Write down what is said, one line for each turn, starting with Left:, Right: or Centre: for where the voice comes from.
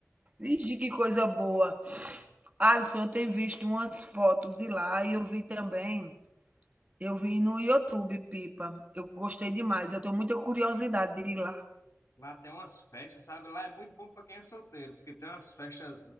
Right: Vixe, que coisa boa. Alisson, eu tenho visto umas fotos de lá e eu vi também. Eu vi no YouTube Pipa. Eu gostei demais. Eu tenho muita curiosidade de ir lá.
Left: Lá tem umas festas, sabe? Lá é muito bom para quem é solteiro, porque tem umas festas,